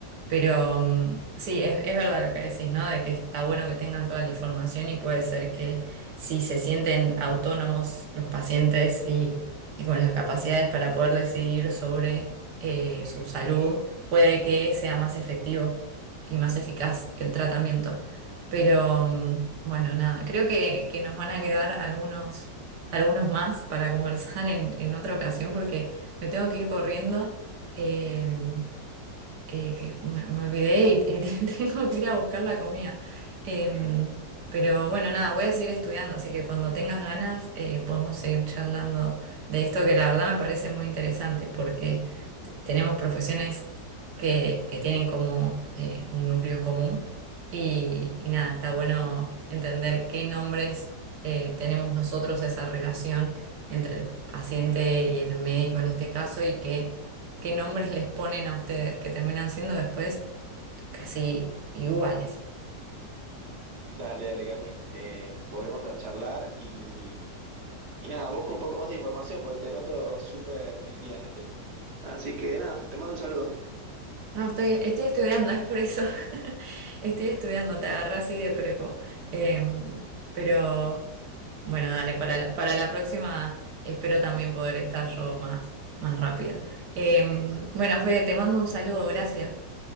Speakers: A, on the right (about 70°); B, on the right (about 50°).
A: Pero mm, sí, es, es verdad lo que decís, ¿no? De que está bueno que tengan toda la información y puede ser que si se sienten autónomos los pacientes y, y con las capacidades para poder decidir sobre eh, su salud, puede que sea más efectivo y más eficaz el tratamiento. Pero mm, bueno, nada, creo que, que nos van a quedar algunos, algunos más para conversar en, en otra ocasión porque... Me tengo que ir corriendo. eh, eh, que me, me olvidé y, y <laughs> tengo que ir a buscar la comida. Em, pero bueno, nada, voy a seguir estudiando, así que cuando tengas ganas eh, podemos seguir charlando de esto que la verdad me parece muy interesante porque t- tenemos profesiones que, que tienen como eh, un núcleo en común y, y nada, está bueno entender qué nombres eh, tenemos nosotros a esa relación entre el paciente y el médico en este caso y que qué nombres les ponen a ustedes, que terminan siendo después casi iguales.
B: Dale, dale, Cami, eh, volvemos a charlar y, y nada, busco un poco más de información porque te noto súper metida en el tema. Así que nada, te mando un saludo.
A: No, estoy, estoy estudiando, es por eso. <laughs> Estoy estudiando, te agarré así de prepo. Em, pero bueno, dale, para la, para la próxima espero también poder estar yo más, más rápida. Em, bueno, Fede, te mando un saludo, gracias.